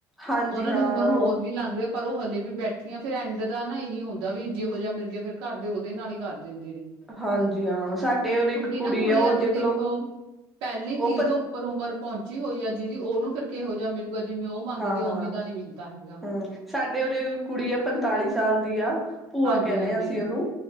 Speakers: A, in the centre; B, on the right.
A: ਹਾਂਜੀ
B: ਉਹਨਾਂ
A: ਹਾਂ।
B: ਦੀ ਉਮਰ ਹੋਰ ਵੀ ਲੰਘਦੇ ਪਰ ਉਹ ਹਲੇ ਵੀ ਬੈਠੀਆਂ ਫੇਰ ਐਂਡ ਦਾ ਨਾ ਇਹੀ ਹੁੰਦਾ ਵੀ ਜਹੋ ਜਿਹਾ ਮਿਲ ਗਿਆ ਫਿਰ ਘਰ ਦੇ ਉਹਦੇ ਨਾਲ ਹੀ ਕਰ ਦਿੰਦੇ ਨੇ।
A: ਹਾਂਜੀ ਹਾਂ ਸਾਡੇ ਉਰੇ ਇੱਕ
B: ਹੁਣ ਜਿਨਾ
A: ਕੁੜੀ
B: ਕੁੜੀਆ
A: ਆ ਉਹ
B: ਦੀ
A: ਦੇਖਲੋ
B: ਦੇਖੋ ਪਹਿਲੀ
A: ਉਹ
B: ਤੀਹ
A: ਪੰ
B: ਤੋਂ ਉੱਪਰ ਉਮਰ ਪਹੁੰਚੀ ਹੋਈ ਆ ਜਿਹਦੀ ਉਹਨੂੰ ਫਿਰ ਕਿਹੋ ਜਿਹਾ ਮਿਲੂਗਾ, ਜਿਵੇਂ ਉਹ ਮੰਗਦੇ
A: ਹਾਂ ਹਾਂ
B: ਉਵੇਂ ਦਾ ਨੀ ਮਿਲਦਾ ਹੈਗਾ।
A: ਹੂੰ ਸਾਡੇ ਉਹਦੇ ਕੁੜੀ ਆ, ਪੰਤਾਲੀ ਸਾਲ ਦੀ ਆ, ਭੂਆ
B: ਹਾਂਜੀ,
A: ਕਹਿੰਦੇ
B: ਹਾਂਜੀ,
A: ਆ ਅਸੀਂ ਉਹਨੂੰ।